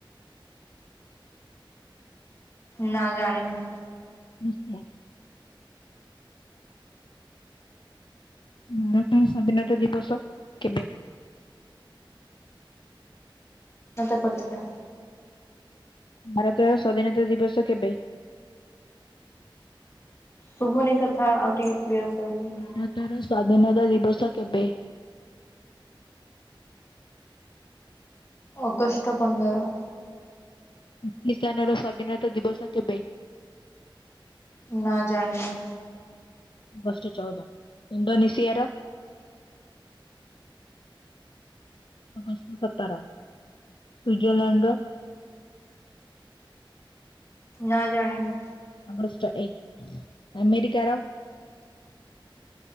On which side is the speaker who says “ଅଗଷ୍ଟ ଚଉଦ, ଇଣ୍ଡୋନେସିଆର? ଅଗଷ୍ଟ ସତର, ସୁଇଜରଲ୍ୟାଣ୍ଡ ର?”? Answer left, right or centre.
Left